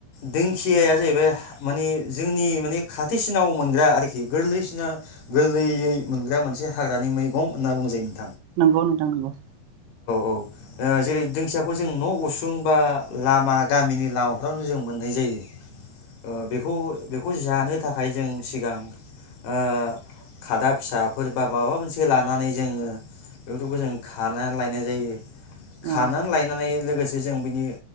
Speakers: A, on the left (about 65°); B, on the right (about 80°).
A: दोंखियाया जाहैबाय मानि जोंनि माने खाथिसिनाव मोनग्रा आरोखि गोरलैसिना गोरलैयै मोनग्रा मोनसे हाग्रानि मै गं होनना बुंजायो नों
B: नोंगौ नोंथां नोंगौ।
A: औ ओ जेरै दोंखियाखौ जों न' उसुं बा लामा गामिनि लामाफ्रावनो जों मोननाय जायो। ओ बेखौ बेखौ जानो थाखाय जों सिगां ओ खादा फिसाफोर बा माबा मोनस से लानानै जोङो बेफोरखौ जों खाना लायनाय जायो। खानान
B: औ
A: लायनानै लोगो से जों बिनि